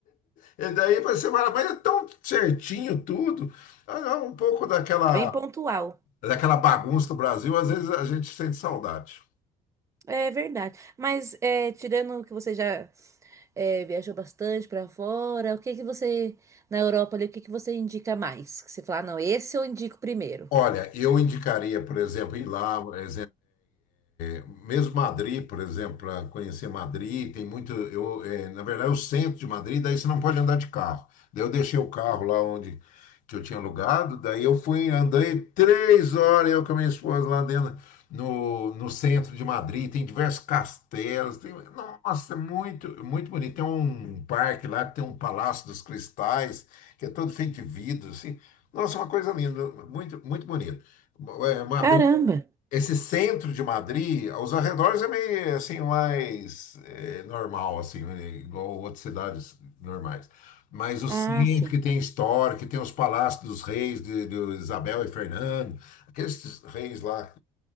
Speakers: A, on the left (about 65°); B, on the right (about 20°).
A: E daí você fala, mas é tão certinho tudo. Ah, É um pouco daquela,
B: bem pontual.
A: daquela bagunça do Brasil, às vezes a gente sente saudade.
B: É verdade. Mas é, tirando que você já é, viajou bastante pra fora, o que que você, na Europa ali, o que que você indica mais? Que você fala, "Ah, não, esse eu indico primeiro.
A: Olha, eu indicaria, por exemplo, ir lá, por é, é, mesmo Madrid, por exemplo, para conhecer Madrid, tem muito. Eu, é, na verdade, o centro de Madrid, daí você não pode andar de carro. Daí eu deixei o carro lá onde que eu tinha alugado, daí eu fui, andei três horas, eu com a minha esposa lá dentro, no, no centro de Madrid, tem diversos castelos, tem, nossa, é muito, muito bonito. Tem um parque lá que tem um Palácio dos Cristais, que é todo feito de vidro, assim, nossa, uma coisa linda, muito, muito bonito. É, Madrid,
B: Caramba.
A: esse centro de Madrid, aos arredores é meio assim, mais é, normal, assim, né, igual outras cidades normais. Mas o
B: Ah,
A: centro
B: sim.
A: que tem história, que tem os palácios dos reis, de, de Isabel e Fernando, aqueles reis lá